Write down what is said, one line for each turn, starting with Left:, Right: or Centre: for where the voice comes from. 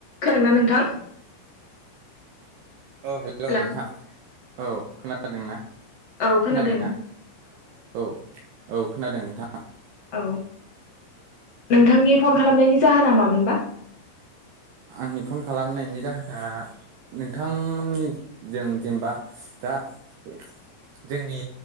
Left: खोनादों ना नोंथां?
Right: औ हेल' नोंथां।
Left: हेलौ
Right: औ खोनादोंना
Left: औ खोनादों
Right: खोनादोंना? औ। औ खोनादों नोंथां।
Left: औ नोंथांनि फन खालामनायनि जाहोना मामोनबा?
Right: आंनि फन खालामनायनि जाहोना नोंथांमोननिजों जेनेबा दा। <unintelligible> जोंनि